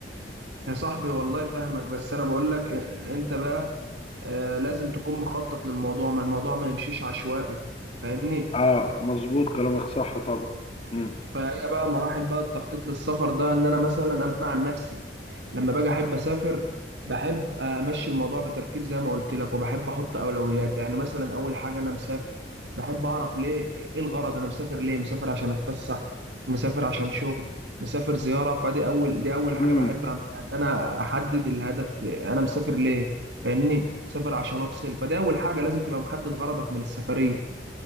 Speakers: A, on the right; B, on the left.
A: يا صاحبي والله فاهمك بس أنا بقول لك آه، أنت بقى آه، لازم تكون مخطط للموضوع ما الموضوع ما يمشيش عشوائي فاهمني
B: اه مظبوط كلامك صح طبعا امم
A: فهي بقى مراحل بقى التخطيط للسفر ده ان انا مثلا انا عن نفسي لما باجي احب اسافر بحب امشي الموضوع بترتيب زي ما قلت لك وبحب احط اولويات يعني مثلا اول حاجه انا مسافر بحب اعرف ليه ايه الغرض انا مسافر ليه مسافر عشان اتفسح مسافر عشان شغل مسافر زياره فدي اول دي اول حاجه
B: امم
A: بحب أعملها، ان انا احدد الهدف انا مسافر ليه فاهمني مسافر عشان افصل فدي اول حاجه لازم تبقى محدد غرضك من السفريه